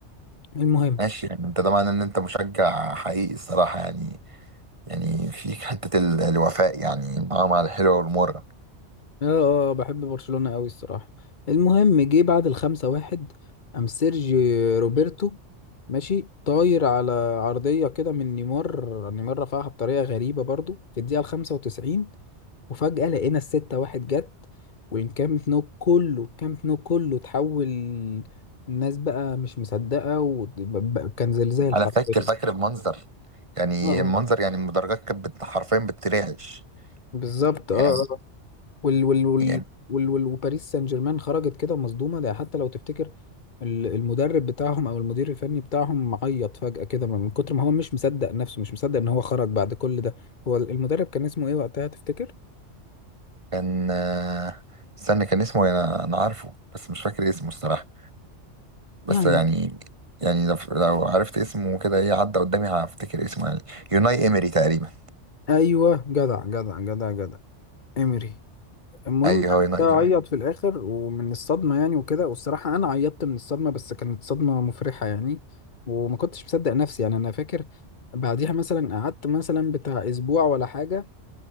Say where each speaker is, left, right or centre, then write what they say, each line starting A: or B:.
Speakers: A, on the left; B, on the right.
A: المهم
B: ماشي يعني انت ده معناه ان انت مشجع حقيقي الصراحة يعني يعني فيك حتة ال- الوفاء يعني مع مع الحلوة والمرة
A: اه آه، آه، بحب برشلونه قوي الصراحه المهم جه بعد الخمسة واحد قام سيرجي روبرتو ماشي طاير على عرضيه كده من نيمار نيمار رفعها بطريقه غريبه برضو في الدقيقه الخمسة وتسعين وفجأة لقينا الستة واحد جت والكامب نو كله الكامب نو كله اتحول الناس بقى مش مصدقة وكان زلزال
B: انا
A: حرفيا
B: فاكر فاكر المنظر يعني
A: اه اه
B: المنظر يعني المدرجات كانت بت- حرفيا بترعش
A: بالظبط اه
B: يعني
A: اه آه. وال وال وال
B: يعني
A: وال وال وباريس سان جيرمان خرجت كده مصدومة ده حتى لو تفتكر ال- المدرب بتاعهم او المدير الفني بتاعهم عيط فجأة كده من كتر ما هو مش مصدق نفسه مش مصدق ان هو خرج بعد كل ده هو المدرب كان اسمه ايه وقتها تفتكر؟
B: كان آه، استنى كان اسمه إيه؟ انا انا عارفه بس مش فاكر اسمه الصراحه بس
A: يعني
B: يعني يعني لو لو عرفت اسمه كده ايه عدى قدامي هفتكر اسمه يعني يوناي امري تقريبا
A: ايوه جدع جدع جدع جدع امري المهم
B: ايوه
A: يعني
B: هو يوناي
A: ده عيط
B: امري
A: في الاخر ومن الصدمه يعني وكده والصراحه انا عيطت من الصدمه بس كانت صدمه مفرحه يعني وما كنتش مصدق نفسي يعني انا فاكر بعديها مثلا قعدت مثلا بتاع اسبوع ولا حاجه